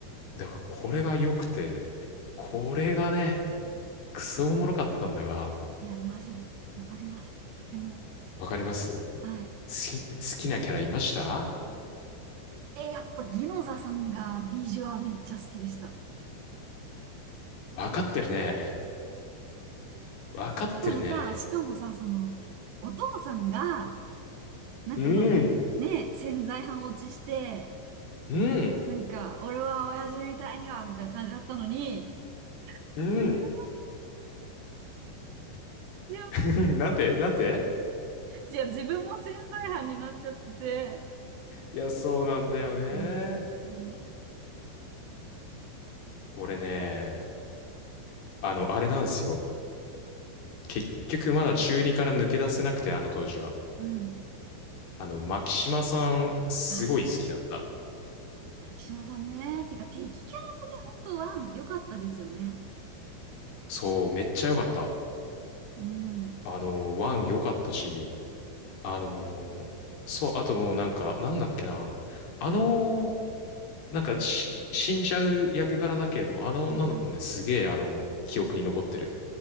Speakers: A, on the left; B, on the right.
A: だからこれが良くて、これがね、クソおもろかったんだが、
B: いや、マジで、わかります。とても。
A: わかります
B: はい。
A: 好き、好きなキャラいました
B: え、やっぱ、ギノザさんがビジュアめっちゃ好きでした。
A: わかってるね。わかってるね。
B: そのさ、しかもさ、その、お父さんが、なんかまあ、
A: うん、
B: ね、潜在犯落ちして、
A: うん、
B: なんか、俺は親父みたいには、みたいな感じだったのに、
A: うん。
B: いや、いやもう本当、
A: <laughs> なんてなんて
B: いや、自分も潜在犯になっちゃってて、
A: いや、そうなんだよね。
B: いや、本当に、
A: 俺ね、あの、あれなんですよ。結局まだ中二から抜け出せなくて、あの当時は。
B: うん。
A: あの、牧島さん、すごい好きだった。
B: ああ、牧島さんね、てか、敵キャラもね、本当ワン、良かったですよね。
A: そう、めっちゃ良かった。
B: うん。
A: あの、ワン良かったし、あのーそう、あともうなんか、なんだっけな。あのーなんかし、死んじゃう役柄だけれども、あの女の子もね、
B: はいはい。
A: すげえ、あの、記憶に残ってる。